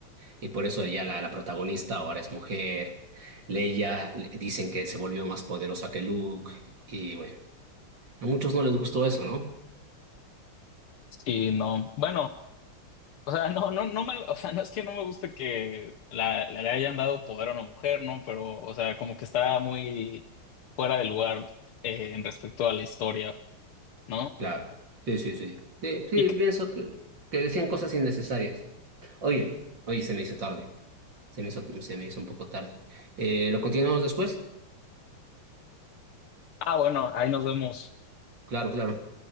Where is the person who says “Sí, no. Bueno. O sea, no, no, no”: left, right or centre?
Left